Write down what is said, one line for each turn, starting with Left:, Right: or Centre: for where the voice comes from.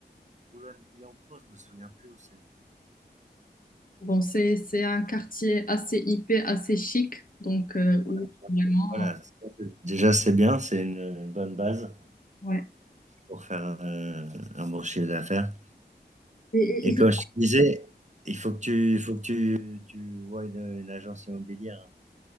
Right: Boulogne-Billancourt, je me souviens plus où c'est.
Left: Bon, c'est c'est un quartier assez hippé, assez chic. Donc, euh,
Right: Voilà.
Left: où vraiment.
Right: Voilà. Ça, c'est- Déjà, c'est bien, c'est une, une bonne base
Left: ouais.
Right: pour faire euh, un bon chiffre d'affaires.
Left: Et, et-
Right: Et comme
Left: et-
Right: je te disais, il faut que tu il faut que tu tu voies une, une agence immobilière. hein.